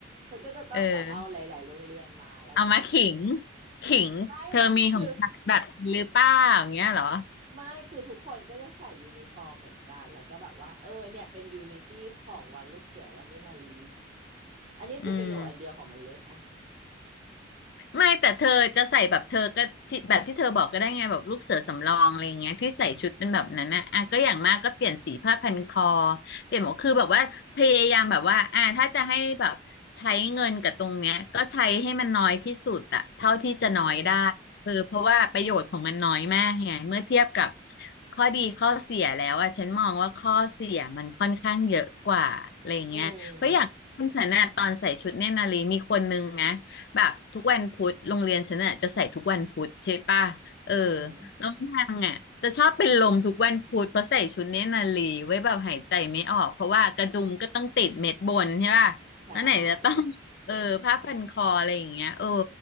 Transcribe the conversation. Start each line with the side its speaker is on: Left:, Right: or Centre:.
Right: เธอก็จะต้องแบบเอาหลายๆโรงเรียนมาแล้วก็
Left: เออเอามาขิงขิงเธอมีของฉันแบบฉันหรือเปล่าอย่างเงี้ยเหรอ
Right: ไม่ไงคือไม่คือทุกคนก็จะใส่ยูนิฟอร์มเหมือนกันแล้วก็แบบว่าเออเนี่ยเป็นยูนิตี้ของวันลูกเสือวันเนนารีอันนี้คือประโยชน์อันเดียวของมันเลยอะ
Left: อืม ไม่แต่เธอจะใส่แบบเธอก็ที่แบบที่เธอบอกก็ได้ไงแบบลูกเสือสำรองอะไรอย่างเงี้ยที่ใส่ชุดเป็นแบบนั้นนะอ่ะก็อย่างมากก็เปลี่ยนสีผ้าพันคอเปลี่ยนหมวกคือแบบว่าพยายามแบบว่าอ่ะถ้าจะให้แบบใช้เงินกับตรงเนี้ยก็ใช้ให้มันน้อยที่สุดอะเท่าที่จะน้อยได้
Right: อืม
Left: คือเพราะว่าประโยชน์ของมันน้อยมากไงเมื่อเทียบกับข้อดีข้อเสียแล้วอะฉันมองว่าข้อเสียมันค่อนข้างเยอะกว่าอะไรอย่างเงี้ยเพราะอย่างคุณฉันน่ะตอนใส่ชุดเนตรนารีมีคนนึงนะ
Right: อืม
Left: แบบทุกวันพุธโรงเรียนฉันอ่ะจะใส่ทุกวันพุธใช่ป่ะเออ
Right: อืม
Left: แล้วนางอ่ะจะชอบเป็นลมทุกวันพุธเพราะใส่ชุดเนตรนารีไว้แบบหายใจไม่ออกเพราะว่ากระดุมก็ต้องติดเม็ดบนใช่ป่ะแล้วไหนจะต้อง
Right: ใช่
Left: <laughs> เออผ้าพันคออะไรอย่างเงี้ยเออ